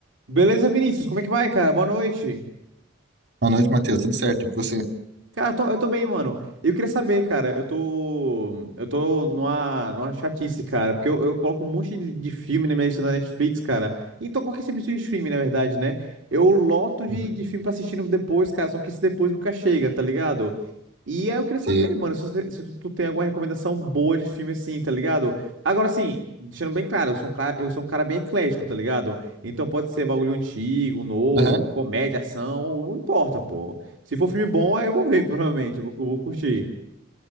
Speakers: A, on the right (about 70°); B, on the right (about 55°).
A: Beleza, Vinícius? Como é que vai, cara? Boa noite.
B: Boa noite, Matheus. Tudo certo? E com você?
A: Cara, eu tô, eu tô bem, mano. Eu queria saber, cara, eu tô. Eu tô numa, numa chatice, cara, porque eu, eu coloco um monte de de filme na minha lista da Netflix, cara. Então, qualquer serviço de streaming, na verdade, né? Eu loto de,
B: Uhum.
A: de filme pra assistir depois, cara, só que esse depois nunca chega, tá ligado? E aí eu queria
B: Você-
A: saber, mano, se, você- se tu tem alguma recomendação boa de filme assim, tá ligado? Agora, assim, deixando bem claro, eu sou um cara, eu sou um cara bem eclético, tá ligado? Então pode ser bagulho antigo, novo,
B: Aham.
A: comédia, ação, não importa, pô. Se for filme bom, aí eu vou ver, <laughs> provavelmente, eu vou, eu vou curtir.